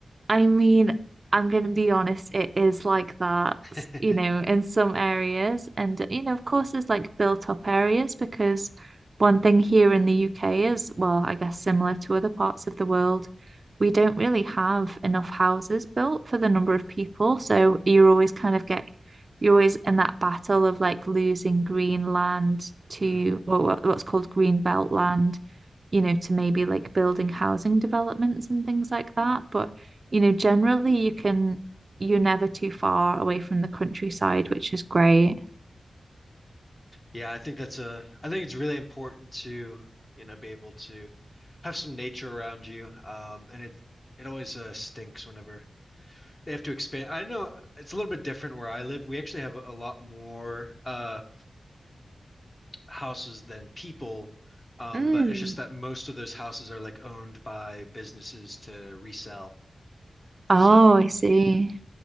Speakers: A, on the right; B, on the left.
A: I mean, I'm going to be honest, it is like that,
B: <laughs>
A: s- you know, in some areas. And, you know, of course, there's like built up areas because one thing here in the UK is, well, I guess similar to other parts of the world, we don't really have enough houses built for the number of people. So you're always kind of get, you're always in that battle of like losing green land to
B: Mm.
A: or what- what's called green belt land, you know, to maybe like building housing developments and things like that. But you know, generally you can, you're never too far away from the countryside, which is great.
B: Yeah, I think that's a I think it's really important to, you know, be able to have some nature around you. Um and it it always uh, stinks whenever They have to expand. I know it's a little bit different where I live. We actually have a lot more uh houses than people. Um,
A: Mm.
B: but it's just that most of those houses are like owned by businesses to resell.
A: Oh,
B: So
A: I see.